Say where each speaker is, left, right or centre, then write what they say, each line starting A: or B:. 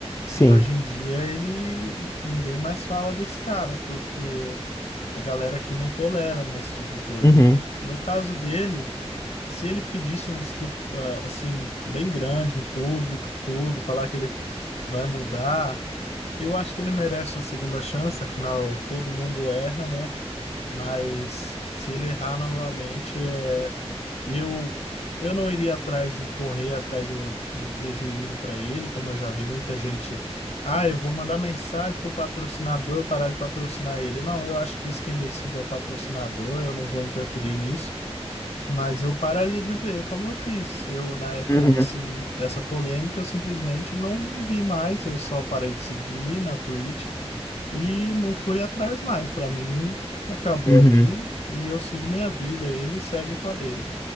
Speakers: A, on the left; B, on the left.
A: Sim.
B: E hoje em dia ele ninguém mais fala desse cara, porque a galera aqui não tolera, né, esse tipo de coisa.
A: Uhum,
B: No caso dele, se ele pedisse uma desculpa, assim, bem grande em público, tudo, falar que ele vai mudar, eu acho que ele merece uma segunda chance, afinal, todo mundo erra, né? Mas se ele errar novamente, é... eu, eu não iria atrás de correr atrás do- de prejuízo para ele, como eu já vi muita gente. Ah, eu vou mandar mensagem pro patrocinador parar de patrocinar ele. Não, eu acho que isso quem decide é o patrocinador, eu não vou interferir nisso. Mas eu pararia de ver como eu fiz. Eu, na época
A: Uhum.
B: desse, dessa polêmica, eu simplesmente não vi mais, eu só parei de seguir na Twitch e não fui atrás mais. Pra mim, acabou
A: uhum.
B: ali e eu sigo minha vida, ele segue com a dele.